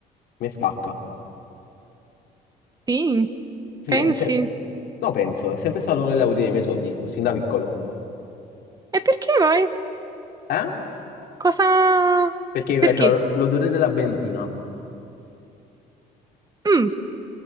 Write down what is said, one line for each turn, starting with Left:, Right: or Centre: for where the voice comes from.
Left: Mi spacca.
Right: Sì,
Left: Sì,
Right: pensi?
Left: è se- no, penso, è sempre stato uno dei lavori dei miei sogni, sin da piccolo.
Right: E perché poi?
Left: Eh?
Right: Cosa...
Left: Perché mi
Right: Perché?
Left: piaceva l- l'odore della benzina.
Right: Mm.